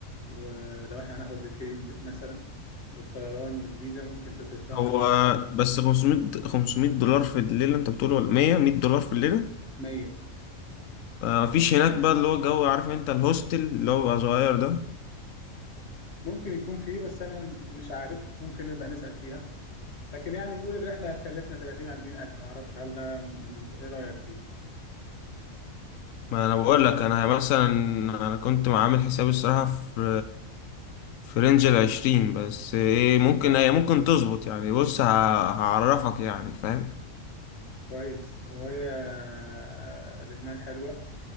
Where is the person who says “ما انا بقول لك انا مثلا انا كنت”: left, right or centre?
Left